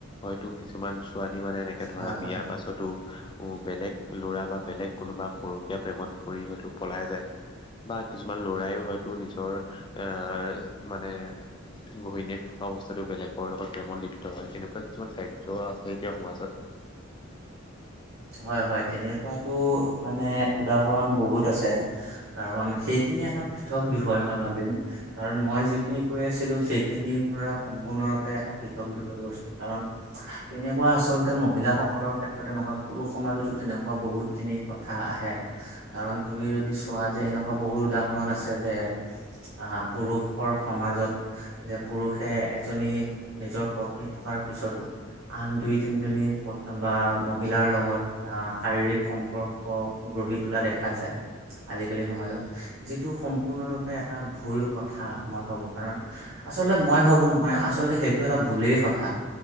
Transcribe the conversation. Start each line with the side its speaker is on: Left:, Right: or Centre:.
Left: হয়তো কিছুমান ছোৱালী মানে এনেকে ধৰা
Right: হয়
Left: বিয়াৰ
Right: হয়
Left: পাছতো বেলেগ ল'ৰা বা বেলেগ কোনোবা পৰুকীয়া প্ৰেমত পৰি হয়তো পলাই যায়। বা কিছুমান ল'ৰাইও হয়তো নিজৰ মানে ঘহণীয়েক থকা অৱস্থাটো বেলেগৰ লগত প্ৰেমত লিপ্ত হয় এনেকুৱা কিছুমান কাৰ্য আছে এতিয়া সমাজত।
Right: হয়, হয়, তেনে পৰাতো মানে উদাহৰণ বহুত আছে। কাৰণ সেইখিনি এটা পৃথক বিষয় মই ভাবিম। কাৰণ মই যিখিনি কৈ আছিলো সেইখিনিৰ পৰা সম্পূৰ্ণৰূপে এটা পৃথক বিষয় বস্তু কাৰণ তেনেকুৱা আচলতে মহিলাসকলৰ ক্ষেত্ৰত সতে নহয় পুৰুষ সমাজতো তেনেকুৱা বহুতখিনি কথা আহে। কাৰণ তুমি যদি চোৱা যে এনেকুৱা বহুত উদাহৰণ আছে যে আহ পুৰুষৰ সমাজত যে পুৰুষে এজনী নিজৰ পত্নী থকাৰ পিছতো আন দুই তিনিজনী প্ন বা মহিলাৰ লগত আহ শাৰীৰিক সম্পৰ্ক গঢ়ি তোলা দেখা যায়। আজিকালি সমাজত যিটো সম্পূৰ্ণৰূপে এটা ভুল কথা মই ভাবো কাৰণ আচলতে মই ভাবো নহয় আচলতে সেইটো এটা ভুলেই কথা।